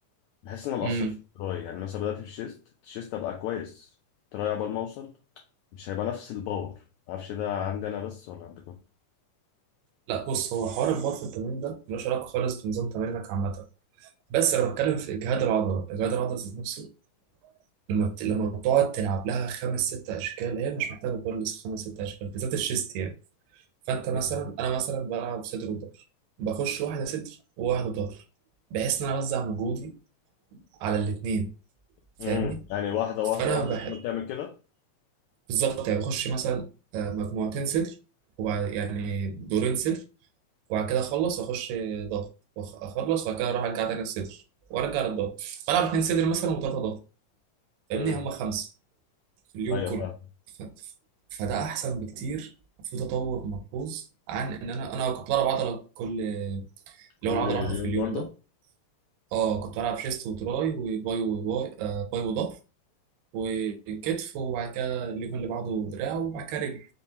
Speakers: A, on the left; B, on the right.
A: بحس ان انا
B: كده
A: مقصر في التراي يعني مثلا بدأت في الشيست الشيست ابقى كويس تراي عبال ما اوصل مش هيبقى نفس الباور معرفش ده عندي انا بس ولا عندكم
B: لا بص هو حوار البار في التمرين ده ملوش علاقه خالص بنظام تمرينك عامه بس انا بتكلم في اجهاد العضله اجهاد العضله ذات نفسه لما بت... لما بتقعد تلعب لها خمس ست اشكال هي مش محتاجه كل خمس ست اشكال بالذات الشيست يعني فانت مثلا
A: مم.
B: انا مثلا بلعب صدر وظهر بخش واحده صدر وواحده ظهر بحيث ان انا اوزع مجهودي على الاثنين فاهمني
A: مم. يعني واحدة واحدة
B: فانا
A: واحدة
B: بحب
A: تفضل تعمل كده
B: بالظبط يعني بخش مثلا آه، مجموعتين صدر وبعد يعني دورين صدر وبعد كده اخلص واخش ضغط وأخ- اخلص وبعد كده اروح ارجع تاني الصدر وارجع للضغط فالعب اتنين صدر مثلا وثلاثه ضغط فاهمني
A: امم
B: هم خمسه في اليوم
A: ايوه
B: كله
A: فاهم
B: ف... فده احسن بكتير وفي تطور ملحوظ عن ان انا انا كنت بلعب عضله كل اللي
A: كل
B: هو العضله واحده في
A: يوم
B: اليوم
A: برضه
B: ده اه كنت بلعب شيست وتراي وباي وباي آه باي وظهر وكتف وبعد كده اليوم اللي بعده دراع وبعد كده رجل